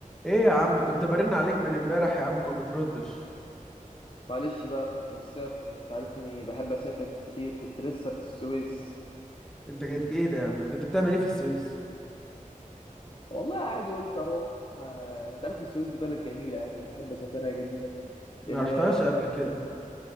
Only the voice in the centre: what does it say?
ايه يا عم كنت برن عليك من امبارح يا عم ما بتردش
انت جايب ايه ده يا عم كنت بتعمل ايه في السويس
ما
رحتهاش
قبل كده